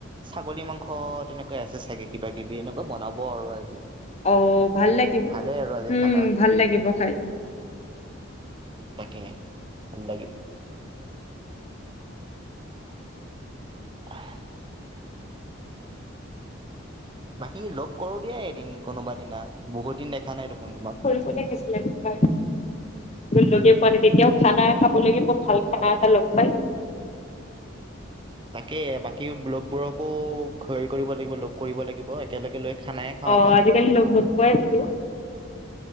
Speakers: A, on the right (about 25°); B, on the left (about 30°).
A: ছাগলী মাংস তেনেকোৱা আছে চাগে কিবা কিবি, এনেকৈ বনাব আৰু আজি।
B: অ' ভাল লাগিব।
A: ভালে আৰু আজি
B: উম,
A: খানা
B: ভাল লাগিব খাই।
A: তাকে, ভাল লাগিব। <inaudible> বাকী লগ কৰো দিয়া এদিন কোনোবা দিনা, বহুত দিন দেখা নাই দেখোন তোমাক।
B: কোনে কৈছিল লগ পাই আৰু? লগে পোৱা নাই, তেতিয়াও খানা খাব লাগে ভাল খানা এটা লৈ পেলাই।
A: তাকে বাকী ব্লগবোৰকো হেৰি কৰিব লাগিব লগ কৰিব লাগিব একেলগে লৈ খানাই খাওঁ
B: অ',
A: এটা।
B: আজিকালি লগ বত কাইছিলো <unintelligible>